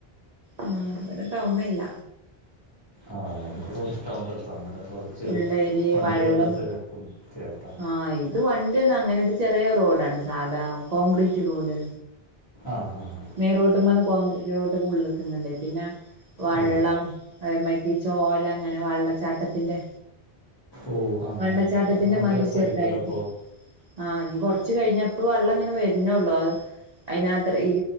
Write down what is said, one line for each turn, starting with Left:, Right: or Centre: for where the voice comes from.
Right: ആഹ് ഇവിടെ ടൗണല്ല
Left: ആഹ് നമ്മുക്ക് കുറച്ച് ടൗണിനടുത്ത അന്നരം കുറച്ച്
Right: ഉള്ളേരി
Left: വണ്ടികളുടെ
Right: വള്ളം
Left: തിരക്കും ഒക്കെയാട്ടാ
Right: ആഹ് ഇത് വണ്ടി ഒന്നും അങ്ങനെ ഇത് ചെറിയ റോഡാണ് സാധാ കോൺക്രീറ്റ് റോഡ്
Left: ആഹ് ആഹ്
Right: മെയിൻ റൂട്ട്ന്ന് കോൺക്രീറ്റിലോട്ട് ഉള്ളക്കണ്ടേ പിന്നെ വെള്ളം
Left: ഓ
Right: അതേ <unintelligible> അങ്ങനെ വെള്ളച്ചാട്ടത്തിന്റെ
Left: ഓ ആ
Right: വെള്ളച്ചാട്ടത്തിന്റെ
Left: ഹാ ഹാ അത് നല്ല
Right: മതിൽ
Left: രസമായിരിക്കുമല്ലോ
Right: ചെറുതായിട്ട്
Left: അപ്പോൾ
Right: ആഹ് ഇനി കുറച്ച് കഴിഞ്ഞപ്പ വെള്ളം അങ്ങനെ വരുന്നേള്ളൂ അത് അതിനത്ര ഈ